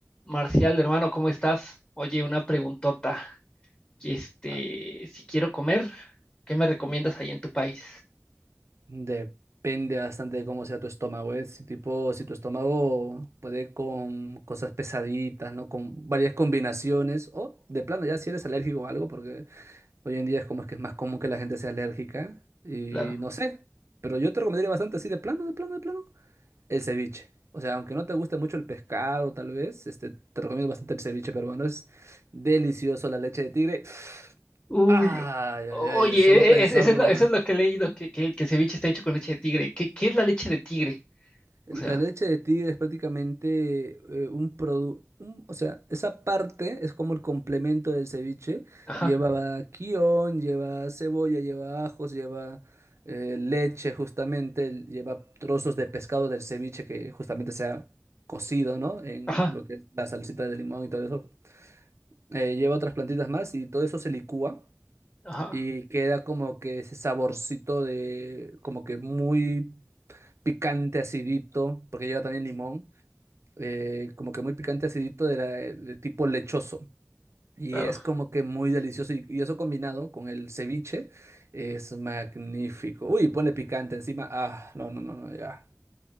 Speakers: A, on the left; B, on the right.
A: Marcial, hermano, ¿cómo estás? Oye, una preguntota. que, Este,
B: Ah,
A: si quiero comer, ¿qué me recomiendas ahí en tu país?
B: Depende bastante de cómo sea tu estómago, ¿eh? Si tipo, si tu estómago puede con cosas pesaditas, ¿no? Con varias combinaciones, o de plano ya si eres alérgico o algo, porque hoy en día es como es que es más común que la gente sea alérgica, y
A: Claro.
B: no sé, pero yo te recomendaría bastante así de plano, de plano, de plano, el ceviche. O sea, aunque no te guste mucho el pescado, tal vez, este, te recomiendo bastante el ceviche peruano, es delicioso la leche de tigre.
A: Uy,
B: Ay,
A: o-
B: ay, ay,
A: oye,
B: de solo
A: e-
B: pensarlo.
A: e- es- eso es lo, eso
B: <laughs>
A: es lo que he leído, que, que, el que el ceviche está hecho con leche de tigre. ¿Qué, qué es la leche de tigre?
B: La
A: O sea,
B: leche de tigre es prácticamente eh, un producto, o sea, esa parte es como el complemento del ceviche.
A: ajá,
B: Lleva kion, lleva cebolla, lleva ajos, lleva eh, leche justamente, l- lleva trozos de pescado del ceviche que justamente se ha cocido, ¿no? En
A: ajá,
B: lo que es la salsita de limón y todo eso. Eh, lleva otras plantitas más y todo eso se licúa
A: ajá,
B: y queda como que ese saborcito de, como que muy picante, acidito, porque lleva también limón eh, como que muy picante acidito de, la- eh, de tipo lechoso. Y
A: claro.
B: es como que muy delicioso. Y, y eso combinado con el ceviche es magnífico. Uy, ponle picante encima. Ah, no, no, no, no, ya.